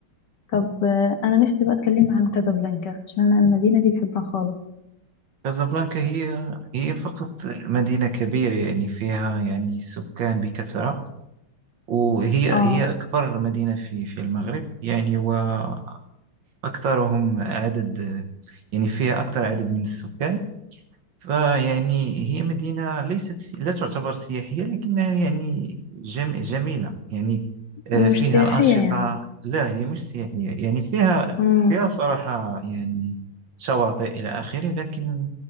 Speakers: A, on the left; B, on the right.
A: طب آه، أنا نفسي بقى أتكلم عن كازابلانكا عشان أنا المدينة دي بحبها خالص
B: كازابلانكا هي هي فقط مدينة كبيرة يعني فيها يعني سكان بكثرة وهي
A: اه
B: هي أكبر مدينة في في المغرب يعني وأكثرهم عدد يعني فيها أكثر عدد من السكان فيعني هي مدينة ليست سي- لا تعتبر سياحية لكنها يعني جم... جميلة يعني آه،
A: مش
B: فيها
A: سياحية
B: الأنشطة
A: يعني
B: لا هي مش سياحية يعني فيها
A: امم
B: فيها صراحة يعني شواطئ إلى آخره لكن